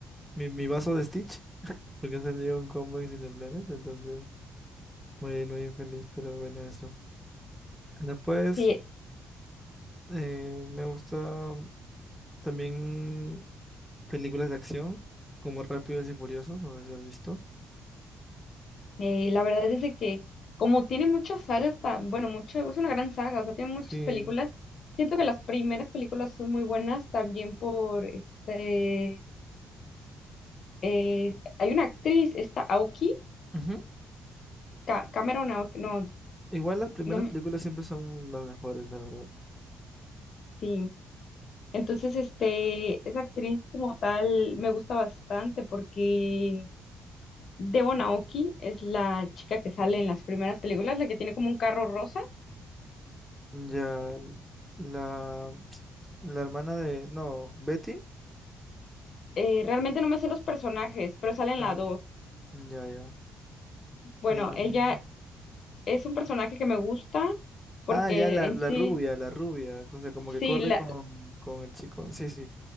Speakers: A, in the centre; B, on the left.
A: mi, mi vaso de Stitch, porque salió un combo en Cineplanet, entonces muy, muy feliz, pero bueno, eso. Después,
B: Sí,
A: eh, me gusta también películas de acción, como Rápidos y Furiosos, no sé si has visto.
B: Eh, la verdad es de que como tiene muchas sagas, ta- bueno, mucho, es una gran saga, o sea, tiene muchas
A: Sí.
B: películas. Siento que las primeras películas son muy buenas también por este, eh, hay una actriz, esta Aoki,
A: Ujú.
B: Ca- Cameron Aoki, no,
A: Igual las primeras
B: no me,
A: películas siempre son las mejores, la verdad.
B: sí. Entonces, este, esa actriz como tal me gusta bastante porque Devon Aoki es la chica que sale en las primeras películas, la que tiene como un carro rosa.
A: Ya La, la hermana de... No, Betty.
B: Eh, realmente no me sé los personajes, pero salen
A: Ah,
B: las dos.
A: mm, ya, ya.
B: Bueno,
A: Bueno,
B: ella
A: no- no- no.
B: es un personaje que me gusta porque
A: Ah, ya, la,
B: en
A: la
B: sí,
A: rubia, la rubia. O sea, como
B: sí,
A: que corre
B: la,
A: con, con el chico. Sí, sí.